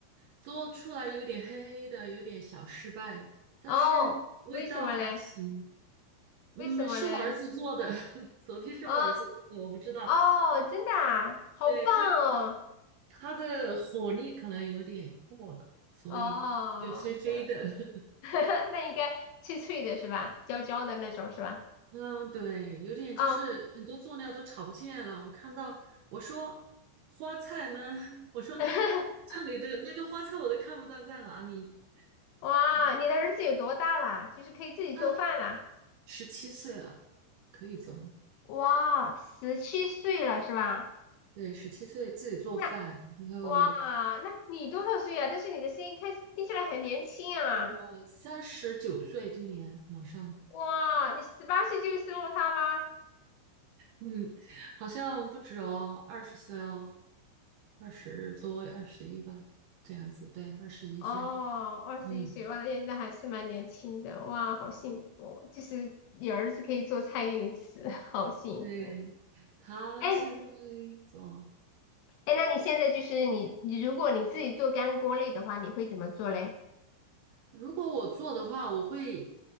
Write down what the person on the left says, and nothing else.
哦，为什么嘞？
为什么嘞？
哦
哦，
真的啊，好棒哦！
哦，这样。
<laughs> 那应该脆脆的是吧？焦焦的那种是吧？
哦，
<laughs> 哇，
你的儿子有多大啦？就是可以自己做饭啦？
哇，十七岁了是吧？
那
哇，那你多少岁啊？但是你的声音看听起来很年轻啊！
哇，你十八岁就生了他吗？
哦，二十一岁，
哇，那那还是蛮年轻的，哇，好幸福哦就是你儿子可以做菜给你吃，<laughs> 好幸福。
哎，
哎，那你现在就是你，你如果你自己做干锅类的话，你会怎么做嘞？